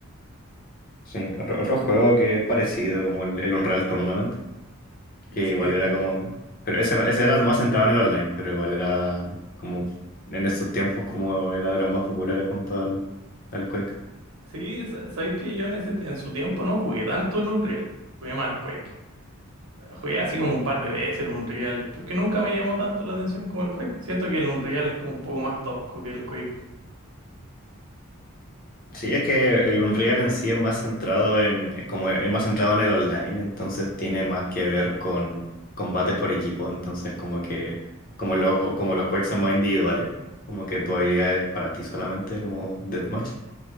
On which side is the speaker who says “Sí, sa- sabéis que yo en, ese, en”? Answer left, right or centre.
Right